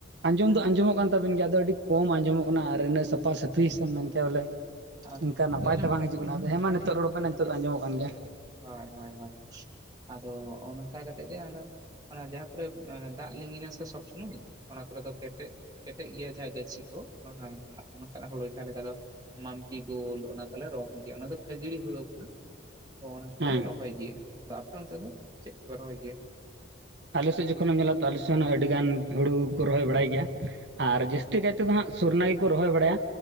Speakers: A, on the right (about 60°); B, on the right (about 20°).
A: ᱟᱸᱡᱚᱢ ᱫᱚ ᱟᱸᱡᱚᱢᱚᱜ ᱠᱟᱱ ᱛᱟᱵᱮᱱ ᱜᱮᱭᱟ ᱟᱫᱚ ᱟᱹᱰᱤ ᱠᱚᱢ ᱟᱸᱡᱚᱢᱚᱜ ᱠᱟᱱᱟ ᱟᱨ ᱤᱱᱟᱹᱜ ᱥᱟᱯᱷᱟ ᱥᱟᱹᱯᱷᱤ ᱥᱮ ᱢᱮᱱ ᱠᱮ ᱵᱚᱞᱮ
B: ᱠᱟᱱᱟ
A: ᱚᱱᱠᱟ
B: ᱱᱤᱛᱚᱜ
A: ᱱᱟᱯᱟᱭ
B: ᱟᱸᱡᱚᱢᱚᱜ
A: ᱛᱮ ᱵᱟᱝ ᱦᱤᱡᱩᱜ
B: ᱛᱚ
A: ᱠᱟᱱᱟ ᱟᱫᱚ ᱦᱮᱸ ᱢᱟ ᱱᱤᱛᱚᱜ ᱨᱚᱲ ᱵᱮᱱ ᱱᱤᱛᱚᱜ ᱫᱚ ᱟᱸᱡᱚᱢᱚᱜ ᱠᱟᱱ ᱜᱮᱭᱟ
B: ᱦᱳᱭ ᱦᱳᱭ ᱦᱳᱭ ᱟᱫᱚ ᱚᱱᱠᱟ ᱠᱟᱛᱮ ᱜᱮ ᱚᱱᱟ ᱡᱟᱦᱟᱸ ᱫᱟᱜ ᱞᱤᱸᱜᱤᱱᱟᱥᱮ ᱥᱚᱵᱽ ᱥᱚᱢᱚᱭ ᱚᱱᱟ ᱠᱚᱨᱮ ᱫᱚ ᱠᱮᱴᱮᱡ ᱠᱮᱴᱮᱡ ᱜᱮᱭᱟ ᱡᱟᱦᱟᱸ ᱜᱟᱹᱪᱷᱤ ᱠᱚ ᱱᱚᱝᱠᱟᱱᱟᱜ ᱦᱩᱲᱩ ᱡᱟᱦᱟᱸ ᱞᱮᱠᱟ ᱫᱚ ᱢᱟᱞᱴᱤ ᱜᱳᱞ ᱚᱱᱟ ᱠᱚᱞᱮ ᱨᱚᱦᱚᱭ ᱜᱮᱭᱟ ᱚᱱᱟ ᱫᱚ ᱠᱷᱟᱹᱡᱟᱹᱲᱤ ᱦᱩᱲᱩ ᱠᱟᱱᱟ ᱚᱱᱟ ᱠᱚᱞᱮ
A: ᱦᱮᱸ
B: ᱨᱚᱦᱚᱭ ᱜᱮᱭᱟ ᱟᱫᱚ ᱟᱯᱮ ᱚᱱᱛᱮ ᱫᱚ ᱪᱮᱫ ᱠᱚᱯᱮ ᱨᱚᱦᱚᱭ ᱜᱮᱭᱟ
A: ᱟᱞᱮ ᱥᱮᱫ ᱡᱚᱠᱷᱚᱱᱮᱢ ᱧᱮᱞᱟ ᱛᱚ ᱟᱞᱮ ᱥᱮᱫ ᱦᱚᱸ ᱟᱹᱰᱤᱜᱟᱱ ᱦᱩᱲᱩ ᱠᱚ ᱨᱚᱦᱚᱭ ᱵᱟᱲᱟᱭ ᱜᱮᱭᱟ ᱟᱨ ᱡᱟᱹᱥᱛᱤ ᱠᱟᱭ ᱛᱮᱫᱚ ᱦᱟᱸᱜ ᱥᱚᱨᱳᱱᱟ ᱜᱮᱠᱚ ᱨᱚᱦᱚᱭ ᱵᱟᱲᱟᱭᱟ᱾